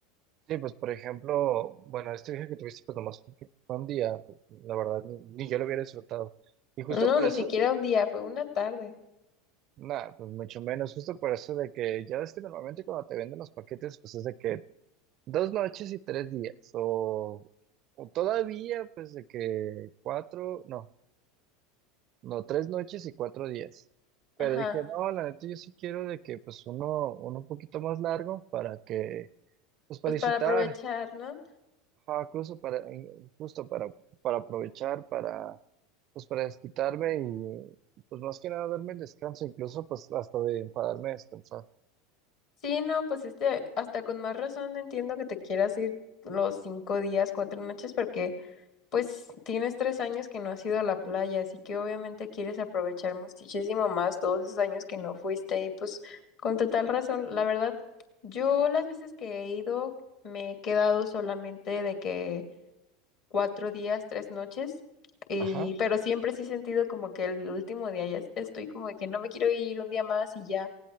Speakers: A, on the right; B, on the left.
A: Sí, pues por ejemplo, bueno, este viaje que tuviste pues nomás fue fue un día, pues, la verdad, ni, ni yo lo hubiera disfrutado. Y justo
B: No,
A: por
B: ni
A: eso,
B: siquiera un día, fue una tarde.
A: Nada, pues mucho menos, justo por eso de que ya ves que normalmente cuando te venden los paquetes, pues es de que dos noches y tres días, o, o todavía pues de que cuatro, no, no, tres noches y cuatro días. Pero
B: Ajá,
A: dije, no, la neta yo sí quiero de que pues uno, uno un poquito más largo para que, pues para
B: pues
A: disfrutar,
B: para aprovechar, ¿no?
A: ajá, incluso para, justo para, para aprovechar, para, pues para desquitarme y pues más que nada darme el descanso, incluso pues hasta de enfadarme a descansar.
B: Sí, no, pues este, hasta con más razón entiendo que te quieras ir los cinco días, cuatro noches, porque Pues tienes tres años que no has ido a la playa, así que obviamente quieres aprovechar muchísimo más todos esos años que no fuiste y pues con total razón, la verdad, yo las veces que he ido me he quedado solamente de que cuatro días, tres noches, y,
A: Ajá.
B: pero siempre sí he sentido como que el último día ya es- estoy como de que no me quiero ir un día más y ya.